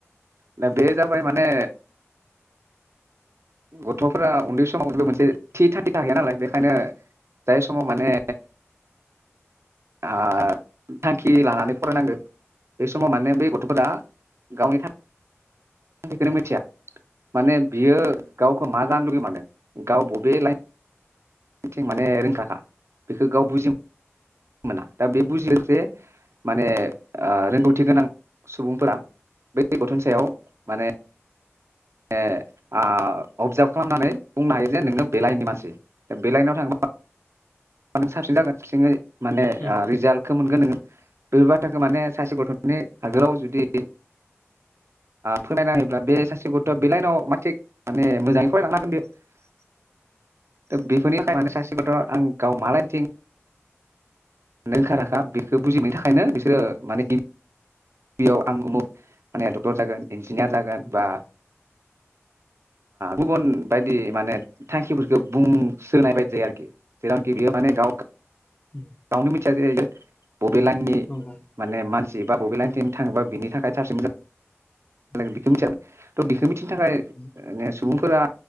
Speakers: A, on the right (about 65°); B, on the left (about 30°).
A: दा बे जाबाय माने। गथ'फोरा उन्दै समाव मोनसे थि थांखि थाखाया नालाय बेखायनो जाय समाव माने। ओ-थांखि लानानै फरायनांगौ बे समाव माने बे गथ'फोरा गावनि थांख खोनो मिथिया माने बियो गावखौ मा जानो लुगै मारदों गाव बबे लाइ थिं माने रोंखाखा बेखौ गाव बुजि मोना दा बे बुजियो जे माने ओ रोंगौथि गोनां सुबुंफोरा बै गथन सायाव माने माने आ अबजार्भ खालामनानै बुंनो हायो जे नोङो बे लाइननि मानसि दा बेलाइनाव थांङोब्ला नों साबसिन जागोन साबसिनै माने
B: उम
A: आ रिजाल्टखौ मोनगोन नोङो बेफोर बाथ्राखौ माने सासे गथनि आगोलाव जुदि फोरमायना होायोब्ला बे सासे गथ दा बे लाइनाव मा थिग माने मोजाङै फरायलानो हागोन बेयो बेफोरनि थाखाय माने सासेखौथ आं गाव माालायनथिं रोंखा राखा‌ बेखौ बुजिनायनि थाखायनो बिसोरो माने गि गिबियाव आं उमुक माने डक्टर जागोन इन्जिनियार जागोन बा गुबुन बायदि माने थांखिफोरखौ बुंसोनाय बायदि जायो आरोखि जेरावमखि बेयाव माने गावख गावनो
B: उम
A: मिथिया जे इयो बबे लाइननि
B: नंगौ
A: माने मानस बा बबे लाइन नि थिं थाङोबा बिनि थाखाय साबसिन मोजां <unintelligible>
B: उम
A: त बिखो मि थिनो थाखाय
B: उम
A: ने बुंफोरा